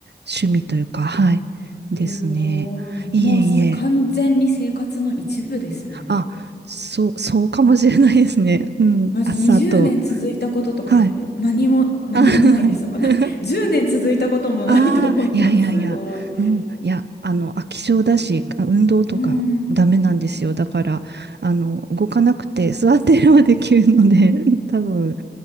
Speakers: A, on the right (about 70°); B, on the left (about 65°).
A: 趣味というか、はい、ですね。
B: すごい。
A: いえいえ、
B: もうす完全に生活の一部ですね。
A: あ、そう、そうかもしれないですね。うん、
B: まず20年続いたこととか、
A: 朝と、はい。
B: な何も、何もないです、
A: あ <laughs> はい
B: まだ。<laughs> 10年続いたこともないと思います。
A: ああ、いやいやいや、
B: <laughs> すごい。
A: うん、いや、あの、飽き性だし、あ運動とかダメなんですよ。
B: うん。あ
A: だから、あの、動かなくて座ってればできるので、<laughs> 多分、